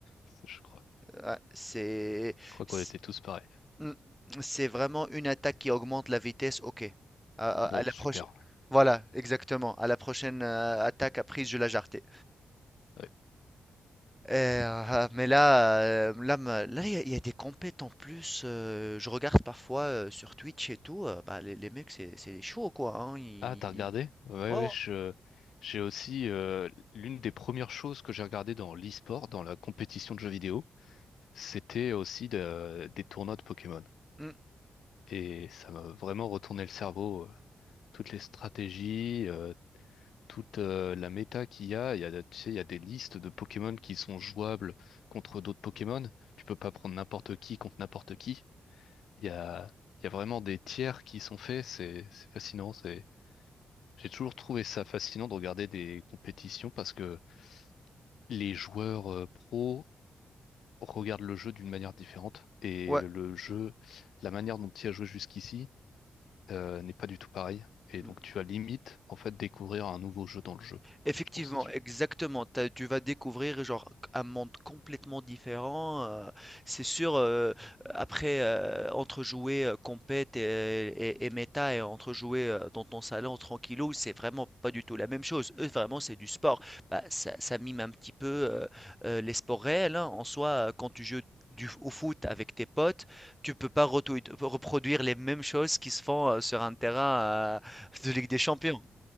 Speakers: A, on the left; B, in the centre.
A: <laughs> Je crois,
B: Ouais, c'est
A: je crois qu'on
B: c-
A: était tous pareils.
B: mm, c'est vraiment une attaque qui augmente la vitesse. Ok. À, à-
A: Bon,
B: à la
A: super.
B: proche Voilà, exactement. À la prochaine euh, attaque à prise, je la jarretais.
A: Ouais.
B: Et, euh, mais là, euh, là, ma- là, il y, a il y a des compètes en plus. euh, je regarde parfois euh, sur Twitch et tout. euh, bah, les, les mecs, c'est c'est des chauds quoi. hein, ils-
A: Ah, t'as regardé?
B: ils-
A: Ouais,
B: Ouais, ouais.
A: ouais, je, j'ai aussi euh, l'une des premières choses que j'ai regardé dans l'e-sport, dans la compétition de jeux vidéo. c'était aussi de- des tournois de Pokémon.
B: Mm,
A: Et ça m'a vraiment retourné le cerveau. euh, Toutes les stratégies, euh, toute euh, la méta qu'il y a. Il y a, tu sais, il y a des listes de Pokémon qui sont jouables contre d'autres Pokémon. Tu peux pas prendre n'importe qui contre n'importe qui. Il y a, il y a vraiment des tiers qui sont faits. C'est, c'est fascinant. C'est, j'ai toujours trouvé ça fascinant de regarder des compétitions parce que les joueurs euh, pros regarde le jeu d'une manière différente. Et
B: ouais,
A: le jeu, la manière dont tu y as joué jusqu'ici, euh, n'est pas du tout pareil. Et
B: mm.
A: donc tu as limite, en fait, découvrir un nouveau jeu dans le jeu.
B: Effectivement,
A: Je trouve ça.
B: exactement. T'as- tu vas découvrir genre un monde complètement différent. euh, c'est sûr, euh, après, euh, entre jouer euh, compète et, et, et méta et entre jouer euh, dans ton salon tranquillou, c'est vraiment pas du tout la même chose. Eux, vraiment, c'est du sport. Bah, ça, ça mime un petit peu euh, euh, les sports réels. hein. En soi, euh, quand tu joues du, au foot avec tes potes, tu peux pas retou- reproduire les mêmes choses qui se font euh, sur un terrain euh, de Ligue des Champions.